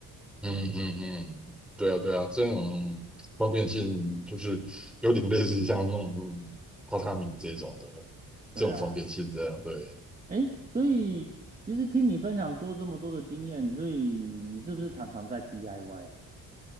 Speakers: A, in the centre; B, on the right (about 20°).
A: 嗯嗯嗯，对啊对啊，这种方便性就是有点类似像那种榻榻米这种的
B: 对啊。
A: 这种方便性这样，对，
B: 哎，所以其实听你分享多这么多的经验，所以你是不是常常在 DIY 啊？